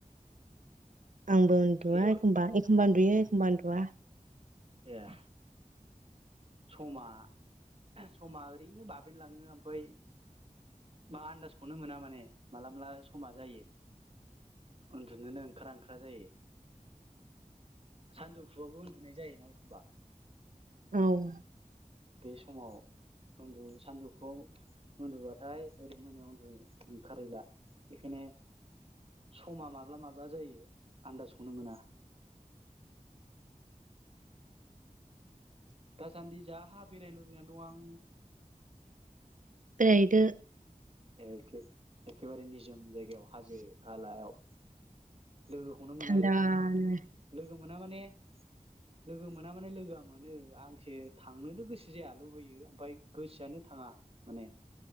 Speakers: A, on the right; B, on the right.
A: आंबो उन्दुा
B: ए
A: एखमबा एखमबा उनदुयो एखमबा
B: एह समा समा ओरैनो बाबेनलाङो ओमफफ्राय बा आन्दासखौनो मोना माने माला माला समा जायो उन्दुनोनो ओंखारा ओंखारा जायो सानजौफुआवबो उन्दुनाय जायोना एखमबा
A: औ
B: बे समाव उन्दु सानजौफु उन्दुबाथाय ओरै मोनायाव उन्दु ओंखारहैला बेखायनो समा माब्ला माब्ला जायो आन्दाजखौनो मोना। दासान्दि जाहा बेरायनो लुबैनानै दं आं।
A: बेरायहैदो?
B: एखे एखेबारे निजोम जायगायाव हाजो हालायाव लोगोखौनो मोनालै
A: थान्दानो
B: लोगो मोना माने लोगो मोना माने लोगोआ मोनो आंसो थांनोथ' गोसो जाया लुबैयो ओमफ्राय गोसोआनो थाङा माने।